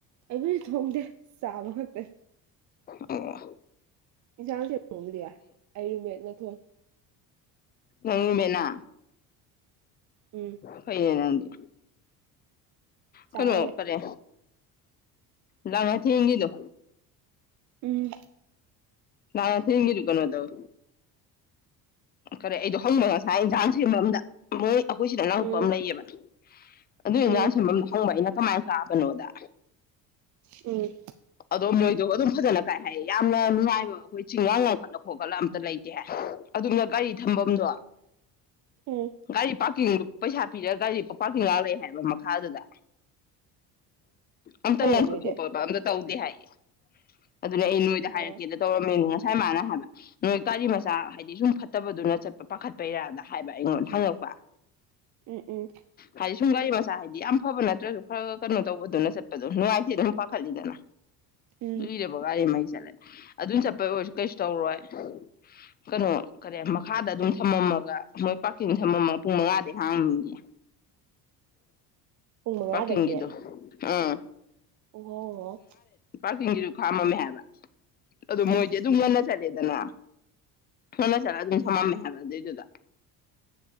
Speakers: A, on the right (about 50°); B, on the left (about 25°).
A: ꯑꯩꯕꯨꯗꯤ ꯊꯣꯝꯗꯦ ꯆꯥꯕ ꯉꯥꯛꯛꯇ
B: ꯑ
A: ꯏꯟꯁꯥꯡ ꯊꯦꯣꯡꯕꯗꯤ ꯌꯥꯏ ꯑꯩꯔꯨꯃꯦꯠ ꯅ ꯊꯣꯟ
B: ꯎ ꯃꯅꯥ
A: ꯎꯝ
B: ꯐꯅꯗꯤ
A: ꯆꯥꯔꯦ
B: ꯀꯩꯅꯣ ꯐꯔꯦ ꯂꯉ ꯊꯒꯗꯣ
A: ꯎꯝ
B: ꯅ ꯊ ꯍꯂꯨ ꯀ ꯇꯧ ꯀꯔ ꯑꯩꯗꯣ ꯍꯧꯅ ꯉꯁꯥꯏ ꯏꯟꯖꯥꯡꯁꯤꯒꯤ ꯃꯔꯝꯗ ꯃꯣꯏ ꯑꯩꯈꯣꯏ ꯁꯤꯗ ꯑꯅꯥꯎꯄ
A: ꯎꯝ
B: ꯑꯃ ꯂꯩꯌꯦꯕꯅ ꯑꯗꯨ ꯏꯟꯖꯥꯡꯁꯃꯝ
A: ꯎꯝ
B: ꯍꯪꯕ ꯑꯩꯅ ꯃꯥꯅ ꯀꯥꯕꯅꯣꯗ
A: ꯎꯝ
B: ꯑꯗꯣ ꯃꯣꯏꯗꯣ ꯑꯗꯨꯝ ꯐꯖꯅ ꯀꯥꯏ ꯍꯥꯏꯌꯦ ꯌꯥꯝꯅ ꯅꯨꯡꯉꯥꯏꯕ ꯑꯩꯈꯣꯏ ꯆꯤꯡꯉꯥꯡ ꯉꯈꯠꯂ ꯈꯣꯠꯀꯠꯂ ꯑꯝꯇ ꯂꯩꯇꯦ ꯍꯥꯏ ꯑꯗꯨꯝꯅ ꯒꯥꯔꯤ ꯊꯝꯐꯝꯗꯣ
A: ꯎꯝ
B: ꯒꯥꯔꯤ ꯄ ꯄꯥꯡ ꯄꯩꯁꯥ ꯄꯤꯔꯒ ꯒꯥꯔꯤꯁꯤ ꯄꯥꯔꯀꯤꯡ ꯉ ꯂꯩ ꯍꯥꯏꯕ ꯃꯈꯥꯗꯨꯗ ꯑꯣꯄ
A: ꯐꯩ ꯑꯗꯨꯏꯗꯤ
B: ꯗꯦ ꯍꯥꯏꯌꯦ ꯑꯗꯨꯅ ꯑꯩ ꯅꯣꯏꯗ ꯍꯥꯏꯔꯛꯀꯦꯗ
A: ꯑꯣ
B: ꯇꯧꯔꯝꯃꯤꯅ ꯉꯁꯥꯏ ꯃꯥꯅ ꯍꯥꯏꯕ ꯅꯣꯏ ꯒꯥꯔꯤ ꯃꯆꯥ ꯍꯥꯏꯗꯤ ꯁꯨꯝ ꯐꯠꯇꯕꯗꯨꯅ ꯆꯠꯄ ꯄꯥꯈꯠꯄꯩꯔꯥꯗ ꯍꯥꯏꯕ ꯑꯩꯉꯣꯟꯗ ꯍꯪꯉꯛꯄ
A: ꯎꯝ ꯎꯝ
B: ꯍꯥꯏꯥꯏ ꯁꯨꯡꯒꯥꯏꯕ ꯆꯁ ꯍꯥꯏꯗꯤ ꯌꯥꯝ ꯐꯕ ꯅꯠꯇ꯭ꯔꯁꯨ ꯈꯔ ꯈ ꯀꯩꯅꯣ ꯇꯧꯕꯗꯨꯅ ꯆꯠꯄꯗꯣ ꯅꯨꯡꯉꯥꯏꯇꯦ ꯑꯗꯨꯝ ꯄꯥꯈꯠꯂꯤꯗꯅ
A: ꯎꯝ
B: ꯏꯗꯕꯣ ꯒꯥꯔꯤ ꯃꯥꯏ ꯆꯂꯦ ꯑꯗꯨꯝ ꯆꯠꯄꯩ ꯑꯣꯏꯔꯁꯨ ꯀꯩꯁꯨ ꯇꯧꯔꯣꯏ ꯀꯩꯅꯣ ꯀꯔꯤ ꯃꯈꯥꯗ ꯑꯗꯨꯝ ꯊꯝꯃꯝꯃꯒ ꯃꯣꯏ ꯄꯥꯔꯀꯤꯡ ꯊꯝꯃꯝꯃꯒ ꯄꯨꯡ ꯃꯉꯥꯗꯤ ꯍꯥꯡꯅꯤꯡꯉ
A: ꯄꯨꯡ ꯃꯉꯥꯗꯒꯤ
B: ꯄꯀꯤ ꯍꯗꯨ ꯑꯥ
A: ꯑꯣ
B: ꯄꯥꯔꯀꯤꯡꯁꯤꯁꯨ ꯈꯥꯝꯃꯝꯃꯦ ꯍꯥꯏꯕ ꯑꯗꯨ ꯃꯣꯏꯗꯤ
A: ꯎꯝ
B: ꯑꯗꯨꯝ ꯉꯟꯅ ꯆꯠꯂꯦꯗꯅ ꯍꯂ ꯆꯠꯂ ꯑꯗꯨꯝ ꯊꯝꯃꯝꯃꯦ ꯍꯥꯏꯕ ꯑꯗꯨꯏꯗꯨꯗ